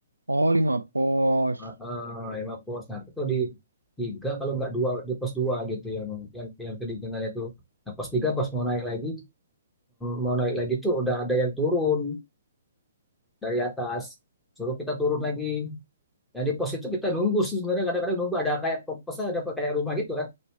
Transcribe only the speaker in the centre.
Heeh, lima pos. Nah itu di tiga kalau nggak dua di pos dua gitu yang yang yang kedinginan itu. Nah pos tiga pas mau naik lagi mau naik lagi tuh udah ada yang turun dari atas suruh kita turun lagi yang di pos itu kita nunggu sih sebenarnya kadang-kadang nunggu ada kayak posnya ada kayak rumah gitu kan